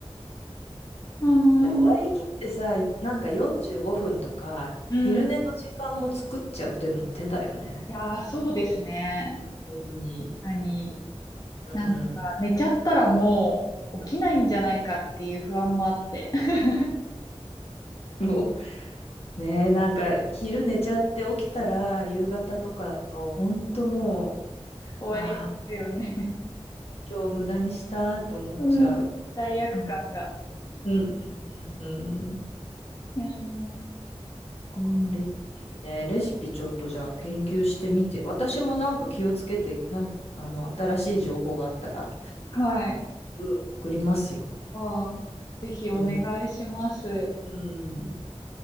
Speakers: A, on the left; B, on the left.
A: うー
B: でも割り切ってさ、
A: ん。
B: いなんか45分とか、
A: うん。
B: 昼寝の時間も作っちゃうっていうのも手だよね。
A: いやー、そうですね。
B: 夜に。
A: 何
B: うん
A: なんか、寝ちゃったらもう起きないんじゃないかっていう不安もあって、<laughs>
B: うん。もう、ねえ、なんか昼寝ちゃって起きたら、夕方とかだと、ほんともう、
A: 終わりますよね。
B: ああ、今日無駄にしたって思っちゃう。
A: うん、罪悪感が。
B: うんうんうんうんうん。
A: うん、
B: か、
A: うん。
B: レシピね、レシピちょっとじゃあ研究してみて、私もなんか気をつけて、なんかあの、新しい情報があったら、
A: はい。
B: うん送りますよ。
A: ああ、ぜひお願いします。
B: うん。うん。